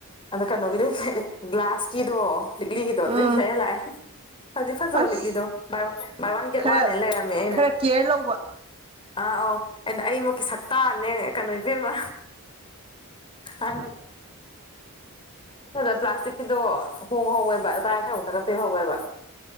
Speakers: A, on the left; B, on the right.
A: ꯑꯗ ꯀꯩꯅꯣꯒꯤꯗꯦ ꯂꯩꯔꯛꯑꯦ ꯒ꯭ꯂꯥꯁꯀꯤꯗꯣ ꯂꯤꯛꯂꯤꯒꯤꯗꯣ
B: ꯎꯝ
A: ꯑꯗꯨꯢ ꯂꯩꯔꯦ ꯂꯥꯛꯑꯦ ꯐꯗꯤ ꯐꯖꯕꯅꯤ
B: ꯑꯁ
A: ꯂꯤꯛꯂꯤꯗꯣ ꯕꯥꯏ ꯋꯥꯟ ꯕꯥꯏ ꯋꯥꯟ ꯒꯦꯠ
B: ꯈꯔ
A: ꯋꯥꯟꯅꯦꯅ ꯂꯩꯔꯝꯃꯦ ꯑꯩꯅ
B: ꯈꯔ ꯀꯦꯌꯔ ꯂꯧꯕ
A: ꯑꯥ ꯑꯧ ꯑꯩꯅ ꯑꯩꯃꯛꯀꯤ ꯁꯛꯇꯅꯦ ꯀꯩꯅꯣ ꯏꯕꯦꯝꯃ ꯑꯥ ꯐꯜꯗ ꯄ꯭ꯂꯥꯁꯇꯤꯛꯀꯤꯗꯣ ꯍꯣꯡꯉꯍꯧꯋꯦꯕ ꯂꯨꯄꯥ ꯌꯥꯡꯈꯩꯃꯨꯛꯇꯒ ꯄꯤꯍꯧꯋꯦꯕ